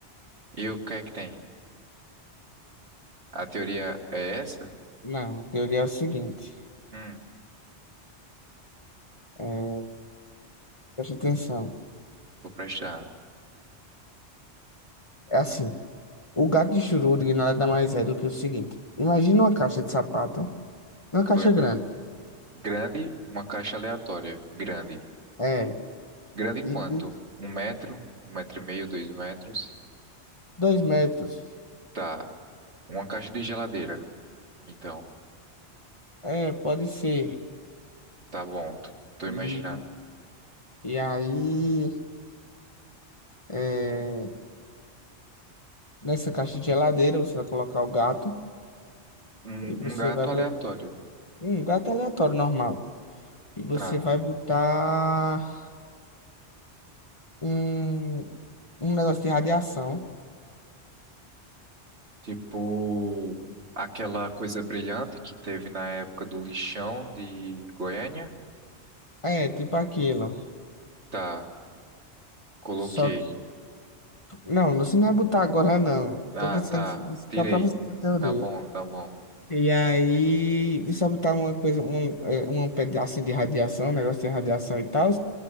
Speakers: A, on the right; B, on the left.
A: E o que é que tem? A teoria é essa?
B: Não, a teoria é o seguinte.
A: Hum,
B: É, preste atenção.
A: tô prestando.
B: É assim, o gato de Schrödinger nada mais é do que o seguinte. Imagina uma caixa de sapato, uma caixa
A: Tô ima-
B: grande.
A: Grande, uma caixa aleatória. Grande.
B: É,
A: Grande
B: e
A: quanto?
B: de
A: Um metro, um metro e meio, dois metros.
B: dois metros.
A: Tá. Uma caixa de geladeira. Então,
B: É, pode ser.
A: tá bom, tô, tô imaginando.
B: E, e aí... é, Nessa caixa de geladeira, você vai colocar o gato
A: Um,
B: e você
A: um gato
B: vai botar
A: aleatório.
B: um gato aleatório normal. E você
A: Tá.
B: vai botar um, um negócio de radiação.
A: Tipo, aquela coisa brilhante que teve na época do lixão de Goiânia.
B: É, tipo aquilo.
A: Tá. Coloquei.
B: Só que. Não, você não vai botar agora, não.
A: Ah,
B: Tô pensando
A: tá.
B: assim, só
A: Tirei.
B: pra você ter teoria.
A: Tá bom, tá bom.
B: E aí, você vai botar uma coisa, um, é, um pedacinho de radiação, um negócio de radiação e tal.